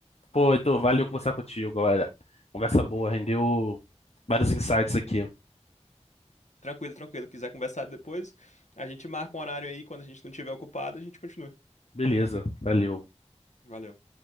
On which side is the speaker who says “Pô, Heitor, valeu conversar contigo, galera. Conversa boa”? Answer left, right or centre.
Left